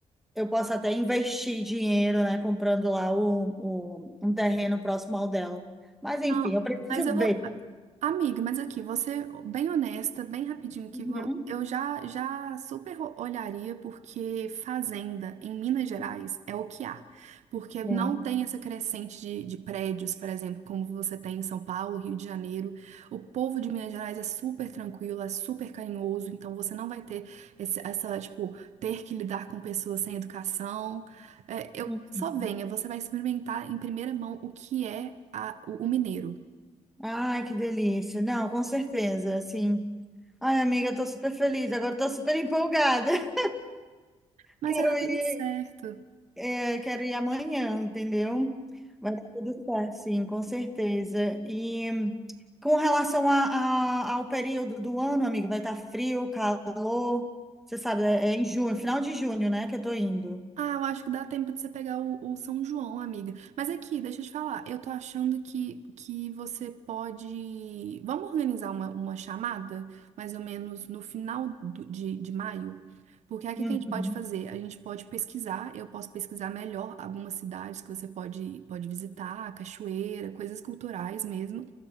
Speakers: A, in the centre; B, on the right.
A: eu posso até investir dinheiro, né, comprando lá o, o- um terreno próximo ao dela. Mas enfim,
B: Não,
A: eu preciso
B: mas eu vou.
A: ver.
B: Amiga, mas aqui, você bem honesta, bem rapidinho aqui,
A: Uhum.
B: vo- eu já já super olharia porque fazenda em Minas Gerais é o que há. Porque
A: É.
B: não tem essa crescente de, de prédios, por exemplo, como você tem em São Paulo, Rio de Janeiro. O povo de Minas Gerais é super tranquilo, é super carinhoso, então você não vai ter esse- essa, tipo, ter que lidar com pessoas sem educação. É, eu,
A: Uhum.
B: só venha, você vai experimentar em primeira mão o que é a- o o mineiro.
A: Ai, que delícia. Não, com certeza, assim. Ai, amiga, eu tô super feliz. Agora eu tô super empolgada. <laughs>
B: Mas
A: Quero
B: era tudo
A: ir.
B: certo.
A: É, quero ir amanhã, entendeu? Vai dar tudo certo, sim, com certeza. E com relação a, a- ao período do ano, amigo, vai estar frio, calor. Você sabe, é, é em junho, final de junho, né, que eu tô indo.
B: Ah, eu acho que dá tempo de você pegar o, o São João, amiga. Mas aqui, deixa eu te falar, eu tô achando que, que você pode. Vamos organizar uma, uma chamada, mais ou menos no final do- de, de maio? Porque aí o
A: Uhum.
B: que que a gente pode fazer? A gente pode pesquisar, eu posso pesquisar melhor algumas cidades que você pode, pode visitar, cachoeira, coisas culturais mesmo.